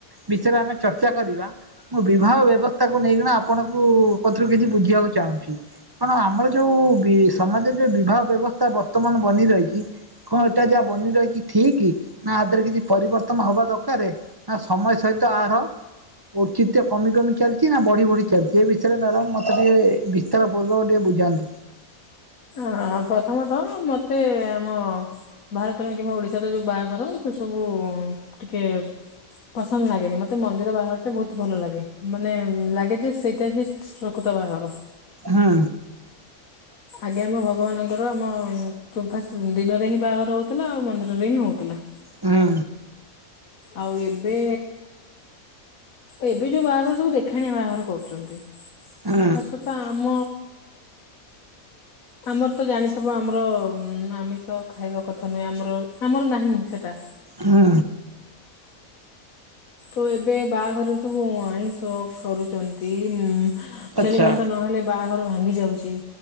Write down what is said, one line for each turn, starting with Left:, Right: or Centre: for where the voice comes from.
Right: ବିଷୟରେ ଆମେ ଚର୍ଚ୍ଚା କରିବା, ମ ବିବାହ ବ୍ୟବସ୍ଥାକୁ ନେଇକିନା ଅପଣଙ୍କୁ ପଟରୁ କିଛି ବୁଝିବାକୁ ଚାହୁଁଛି କଣ ଆମର ଯୋଉ ବି ସମାଜରେ ଯୋଉ ବିବାହ ବ୍ୟବସ୍ଥା ବର୍ତ୍ତମାନ ବନି ରହିଛି କ ଏଟା ଯାହା ବନି ରହିଛି ଠିକି? ନା ଆ ଦେହରେ କିଛି ପରିବର୍ତ୍ତନ ହେବା ଦରକାରେ ନା ସମୟ ସହିତ ଏହାର ଔଚିତ୍ୟ କମି କମି ଚାଲିଛି ନା ବଢ଼ି ବଢ଼ି ଚାଲିଛି ଏ ବିଷୟରେ ମ୍ୟାଡ଼ମ୍ ମୋତେ ଟିକେ ବିସ୍ତାର ପୂର୍ବକ ଟିକେ ବୁଝାନ୍ତୁ।
Left: ଆ ପ୍ରଥମତଃ ମତେ ଆମ ଭାରତର କିମ୍ବା ଓଡିଶାର ଯୋଉ ବାହାଘର ସେ ସବୁ ଟିକେ ପସନ୍ଦ ଲାଗେନି, ମତେ ମନ୍ଦିର ବାହାଘର ଟେ ବହୁତ ଭଲ ଲାଗେ ମାନେ ଲାଗେ ଯେ ସେଇଟା ହି ପ୍ରକୃତ ବାହାଘର।
Right: ହଁ।
Left: ଆଜ୍ଞା ଆମ ଭଗବାନଙ୍କର ଆମ ତ ଫାଷ୍ଟ ଦିନରେ ହିଁ ବାହାଘର ହଉଥିଲା ଆଉ ମନ୍ଦିରରେ ହିଁ ହଉଥିଲା।
Right: ହୁଁ
Left: ଆଉ ଏବେ ଏବେ ଯୋଉ ବାହାଘର ସବୁ ଦେଖାଣିଆ ବାହାଘର କରୁଛନ୍ତି
Right: ହୁଁ
Left: ଖାସ କଥା ଆମ ଆମର ତ ଜାଣିଥିବ ଆମର ଆମିଷ ଖାଇବା କଥା ନୁହେଁ ଆମର ଆମର ନାହିଁ ସେଟା
Right: ହୁଁ
Left: ତ ଏବେ ବାହାଘରେ ସବୁ ଆଇଂଶ କରୁଛନ୍ତି ଉମ
Right: ଆଚ୍ଛା
Left: ଛେଳି ମାଂସ ନହେଲେ ବାହାଘର ଭାଙ୍ଗି ଯାଉଛି।